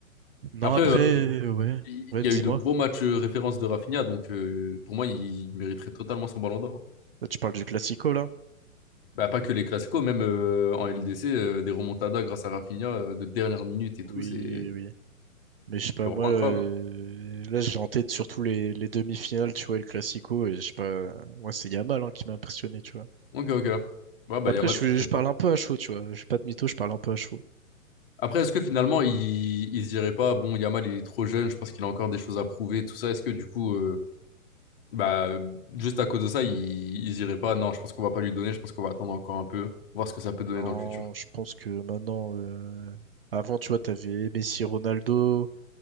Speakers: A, on the right (about 45°); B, on the left (about 40°).
A: Non,
B: Après,
A: après,
B: euh, <laughs>
A: ouais.
B: il
A: Ouais, dis-moi.
B: y a eu de gros matchs euh, références de Rafinha, donc euh, pour moi, il mériterait totalement son ballon d'or. hein.
A: Là, tu parles du Classico, là?
B: Bah, pas que les Clasico, même euh, en LDC, euh, des remontadas grâce à Rafinha euh, de dernière minute
A: Oui,
B: et tout, c'est
A: oui. Mais je sais pas,
B: c'est vraiment
A: moi,
B: incroyable.
A: euh, là, j'ai en tête surtout les, les demi-finales, tu vois, et le Classico, et je sais pas, moi, c'est Yamal hein, qui m'a impressionné, tu vois.
B: hein. Ok, ok. Ouais, bah,
A: Après,
B: Yamal
A: je,
B: très très
A: je parle
B: fort.
A: un peu à chaud, tu vois. Je vais pas de mytho, je parle un peu à chaud.
B: Après, est-ce que finalement, il, il se dirait pas, bon, Yamal, il est trop jeune, je pense qu'il a encore des choses à prouver, tout ça. Est-ce que du coup, euh, bah, juste à cause de ça, il, il se dirait pas, non, je pense qu'on va pas lui donner, je pense qu'on va attendre encore un peu, voir ce que ça peut donner
A: Non,
B: dans le futur.
A: je pense que maintenant, euh, avant, tu vois, t'avais Messi, Ronaldo,